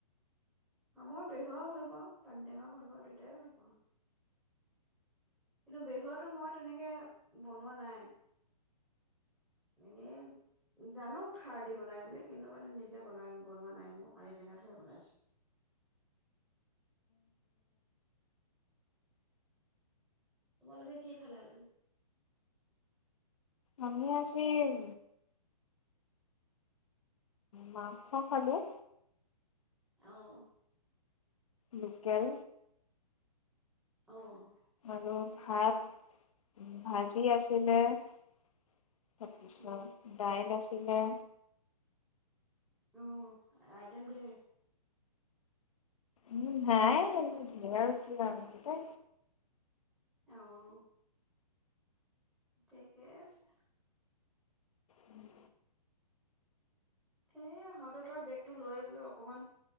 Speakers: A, in the centre; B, on the left.
A: অ' মই বেহুৱাও ভাল পাওঁ, পানী টেঙাও ভাল পাওঁ, দুয়টাই ভাল পাওঁ। কিন্তু বেহুৱাতো মই তেনেকে বনোৱা নাই, এনেই জানো খাৰ দি বনাই বুলি কিন্তু মানে নিজে বনাই বনোৱা নাই, মই পানী টেঙাটোহে বনাইছোঁ। তোমালোকে কি খালা আজি?
B: আমি আজি উ মাংস খালোঁ।
A: অহ।
B: লোকেল
A: অ'।
B: আৰু ভাত, ভাজি আছিলে। <unintelligible>
A: উম
B: দাইল আছে। আছিলে।
A: অ' আইটেম ধেৰ।
B: উম <unintelligible> আৰু কি আৰু
A: অহ, ঠিকেই আছে।
B: উম।
A: এই হাতত আৰু বেগটো লৈ বোলো অকণমান